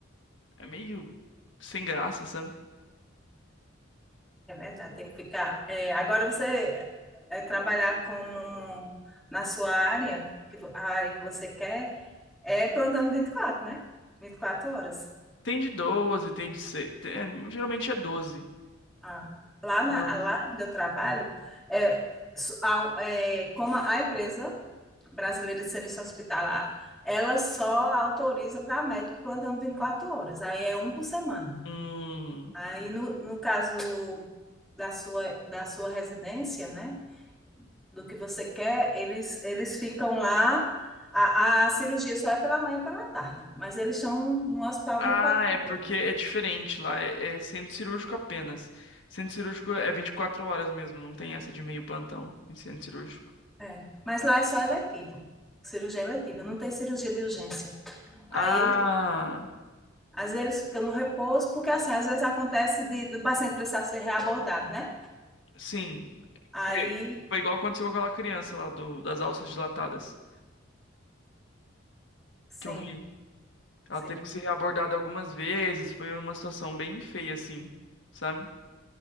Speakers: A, on the left; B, in the centre.
A: é É meio sem graça, sabe?
B: É verdade, tem que ficar. é, agora você é, trabalhar como na sua área, que vo- a área que você quer, é plantando 24, né? 24 horas.
A: Tem de 12, tem de 6. geralmente é 12.
B: Ah, lá, na,
A: Não.
B: ah, lá onde eu trabalho, é, su- a- é, como a empresa brasileira de serviço hospitalar, ela só autoriza para médico plantando 24 horas, aí é um por semana.
A: Hum.
B: Aí, no, no caso da sua, da sua residência, né? do que você quer, eles, eles ficam lá. A, a cirurgia só é pela manhã e pela tarde, mas eles estão no hospital
A: Ah,
B: vinte e quatro
A: é porque
B: horas.
A: é diferente lá. É, é centro cirúrgico apenas. Centro cirúrgico é 24 horas mesmo. Não tem essa de meio plantão em centro cirúrgico.
B: É. Mas lá é só eletivo, cirurgia eletiva, não tem cirurgia de urgência.
A: Ah,
B: Aí eles, às vezes, eles ficam no repouso, porque assim, às vezes acontece de, do paciente precisar ser reabordado, né?
A: sim.
B: Aí,
A: Foi, foi igual aconteceu com aquela criança lá do, das alças dilatadas
B: sim,
A: que eu vi. Ela
B: sim.
A: teve que ser abordada algumas vezes. Foi uma situação bem feia, assim. Sabe?